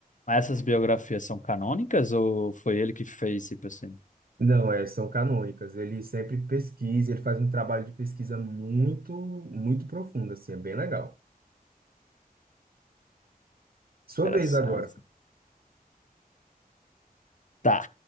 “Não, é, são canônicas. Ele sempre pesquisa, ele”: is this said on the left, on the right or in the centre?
Right